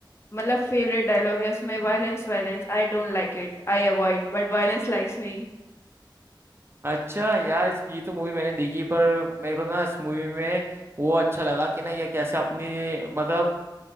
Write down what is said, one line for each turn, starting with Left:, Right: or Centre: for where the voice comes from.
Left: मतलब फेवरेट डायलॉग है उसमें violence violence I don't like it I avoid but violence likes me
Right: अच्छा यार इस- ये तो मूवी मैंने देखी पर मेरे को ना इस मूवी में वो अच्छा लगा कि ना ये कैसे अपनी मतलब